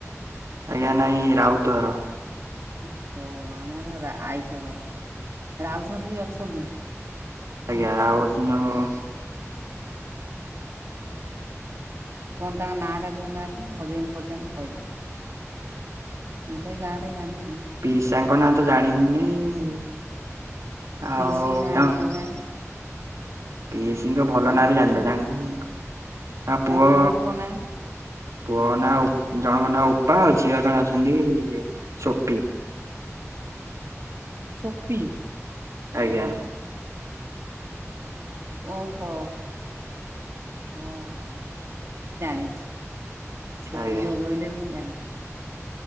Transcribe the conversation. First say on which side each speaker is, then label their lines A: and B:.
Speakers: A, on the right; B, on the right.
A: ଆଜ୍ଞା, ନାଇଁ ରାଉତ ଘର।
B: ଓହୋ, ଆମର ରା ଆଇଚ ଘର ରାଉତ ଘର ବି ଅଛନ୍ତି।
A: ଆଜ୍ଞା,
B: ହେଇଥିବ
A: ରାଉତ
B: ଆଉ।
A: ନେବୋ
B: କଁଣ ତାଙ୍କ ନାଁ ଟା କହୁନାହାନ୍ତି, ମୋ ହଜବେଣ୍ଡ କୁ ପଚାରିଲେ କହିଦେବେ। ମୁଁ ତ ଏଇ ଗାଁରେ ଜାଣିନେଇଁ
A: ପିସାଙ୍କ ନାଁ ତ ଜାଣିନେଇଁ। ଆଉ
B: ପିଇସି ନାଁ
A: ତାଙ୍କ
B: କହୁନାହାନ୍ତି
A: ପିଇସିଙ୍କ ଭଲ
B: ତାଙ୍କ
A: ନାଁ ବି ଜାଣିନେଇଁ।
B: ପୁଅ
A: ତାଙ୍କ ତାଙ୍କ
B: ତାଙ୍କ
A: ପୁଅ
B: ଫୁଅ ନାଁ
A: ପୁଅ ନାଁ ଓ ଜଣଙ୍କ ନାଁ ଓପା। ଆଉ ଝିଅ ଜଣେ ଅଛନ୍ତି ସୋପି।
B: ସୋପି
A: ଆଜ୍ଞା।
B: ଓହୋ। ଓହୋ, ହଁ ମୁଁ ଜାଣିଚି। ସୋପି
A: ଆଜ୍ଞା।
B: ଯୋଉ କହିଲେ ମୁଁ ଜାଣି